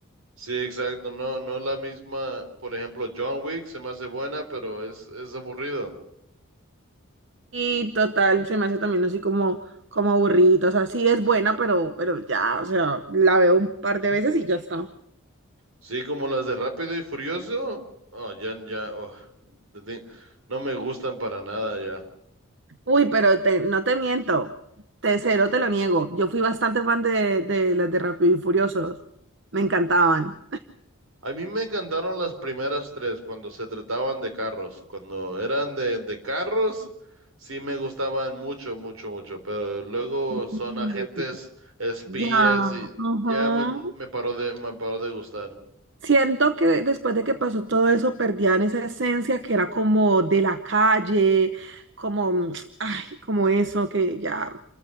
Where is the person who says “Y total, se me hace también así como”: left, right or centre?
Right